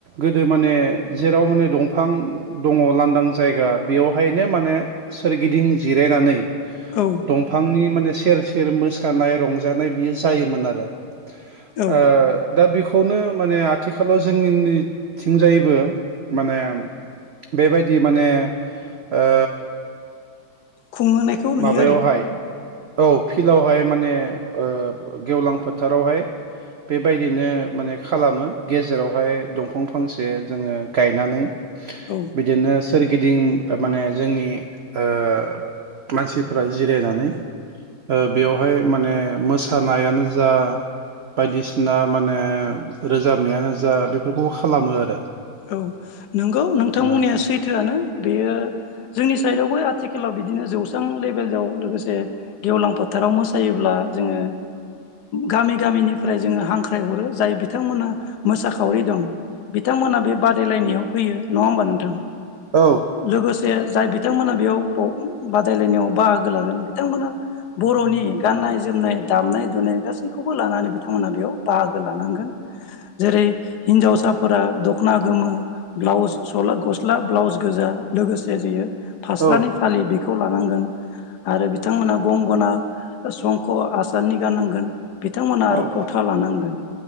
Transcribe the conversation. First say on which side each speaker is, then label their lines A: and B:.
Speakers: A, on the right; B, on the left.
A: गोदो माने जेराव माने दंफां बिफां दङ लांदां जायगा बेयावहायनो माने सोरगिदिं जिरायनानै
B: औ
A: दंफांनि माने सेर सेर मोसानाय रंजानाय बियो जायोमोन आरो।
B: औ
A: ओ दा बेखौनो माने आथिखालाव जोंनिथिंजायबो माने बेबायदि माने ओ
B: खुंहोनायखौ नुयो
A: माबायावहाय
B: आरो
A: औ फिल्डआवहाय माने ओ गेवलां फोथारावहाय बेबायदिनो माने खालामो गेजेरावहाय दंफां फांसे जोङो गायनानै
B: औ
A: बिदिनो सोरगिदिं माने जोंनि ओ मानसिफोरा जिरायनानै ओ बेवहाय माने मोसानायानो जा बायदिसिना माने रोजाबनायानो जा बेफोरखौबो खालामो आरो।
B: औ नंगौ नोंथां
A: ओ
B: बुंनाया सैथोआनो बेयो जोंनि साइडआवबो आथिखालाव बिदिनो जौस्रां लेभेलाव लोगोसे गेवलां फोथाराव मोसायोब्ला जोङो गामि गामिनिफ्राय जोङो हांख्रायहरो जाय बिथांमोना मोसाखावरि दं बिथां बिथांमोना बे बादायलायनायाव फैयो नङा होमबा नोंथां
A: औ
B: लोगोसे जाय बिथांमोना बेयाव बादायलायनायाव बाहागो लागोन बिथांमोना बर'नि गाननाय जोमनाय दामनाय दुनाय गासैखौबो खौबो लानानै बिथांमोना बेयाव बाहागो लानांगोन जेरै हिनजावसाफोरा दखना गोमो ब्लाउस गस्ला ब्लाउस गोजा लोगोसे जोयो फास्रानि
A: औ
B: फालि बेखौ लानांगोन। आरो बिथांमोना गंगना संख आसाननि गाननांगोन। बिथांमोना
A: औ
B: आरो फथा
A: औ
B: लानांगोन